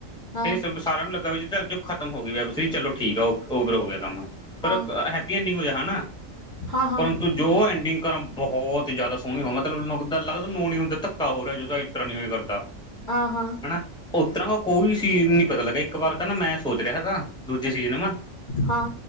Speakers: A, on the left; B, in the centre.
A: ਹਾਂ
B: ਫੇਰ ਸਾਰਿਆਂ ਨੂੰ ਲੱਗਾ ਵੀ ਖਤਮ ਹੋ ਗਈ ਵੈਬ ਸੀਰੀ, ਚਲੋ ਠੀਕ ਆ ਓਵਰ ਹੋ ਗਿਆ ਕੰਮ। ਪਰ
A: ਹਾਂ
B: ਹੈਪੀ ਐਂਡਿੰਗ ਹੋ ਜਾ ਹਨਾ,
A: ਹਾਂ ਹਾਂ
B: ਪਰੰਤੂ ਜੋ ਐਂਡਿੰਗ ਕਰਾਂ ਬਹੁਤ ਜ਼ਿਆਦਾ ਸੋਹਣੀ ਹੋ, ਮਤਲਬ ਲੱਗਦਾ ਨੂੰ ਨੀ ਹੁੰਦਾ ਧੱਕਾ ਹੋ ਰਿਹਾ ਜਾਦਾ, ਇ ਇਤਰਾਂ ਨਹੀਂ ਹੋ ਕਰਦਾ।
A: ਹਾਂ- ਹਾਂ।
B: ਹਨਾ ਉਤਰਾਂ ਕੋਈ ਸੀਨ ਨੀ ਪਤਾ ਲੱਗਾ, ਇੱਕ ਵਾਰ ਤਾਂ ਨਾ ਮੈਂ ਸੋਚ ਰਿਹਾ ਤਾ, ਦੂਜੇ ਸੀਜ਼ ਨੂੰ ਮੈਂ
A: ਹਾਂ।